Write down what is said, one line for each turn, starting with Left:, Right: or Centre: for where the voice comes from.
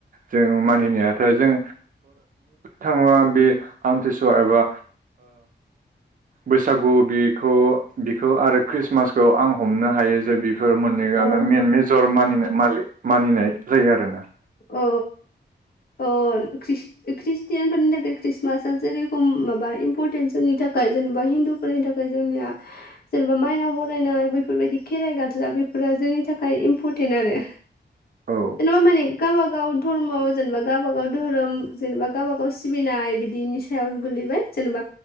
Right: जों मानिनायाथ जों थांबा बे आमथिसुवा एबा बैसागु बिखौ बिखौ आरो ख्रिस्टमासखौ आं हमनो हायो जे सोर मोननै गाना
Left: औ
Right: मेन मेजर मानिनो मानिनाय जायो आरोना
Left: औ औ औ ख्रिस्टियानफोरनि थाखाय खृस्टमासआ जेरेखम माबा इम्परटेन जोंनि थाखाय जेनेबा हिन्दुफोरनि थाखाय जोंनिया जेनेबा मायनाव बरायनाय बैफोरबायदि खेराइ गाजा बेफोरा जोंनि थाखाय इम्परटेन्ट आरो
Right: औ
Left: जेनबा माने गावबागाव धर्म जेनेबा गावबागाव धोरोम जेनेबा गावबागाव सिबिनाय बिदिनि सायाव गोलैबाय जेनेबा